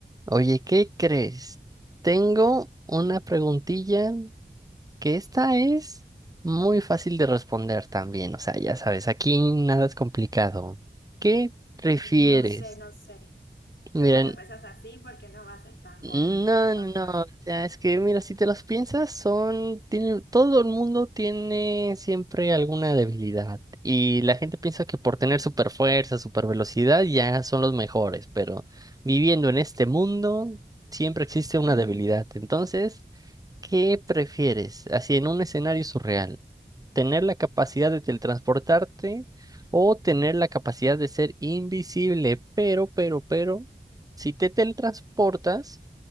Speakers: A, on the right; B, on the left.
A: Oye, ¿qué crees? Tengo una preguntilla que esta es muy fácil de responder también. O sea, ya sabes, aquí nada es complicado. ¿Qué prefieres?
B: Mm, No sé, no sé.
A: Miren,
B: Ya cuando empezás así, porque no va a ser tan
A: no,
B: complicado, tan
A: no, no,
B: fácil,
A: o sea, es que mira, si te las piensas, son, tienen, todo el mundo tiene siempre alguna debilidad y la gente piensa que por
B: ¿sí?
A: tener super fuerza, super velocidad ya son los mejores, pero viviendo en este mundo siempre existe
B: Ujú,
A: una debilidad. Entonces, ¿qué prefieres? Así en un escenario surreal, ¿tener la capacidad
B: Sí,
A: de teletransportarte o tener la capacidad de ser invisible? Pero, pero, pero, si te teletransportas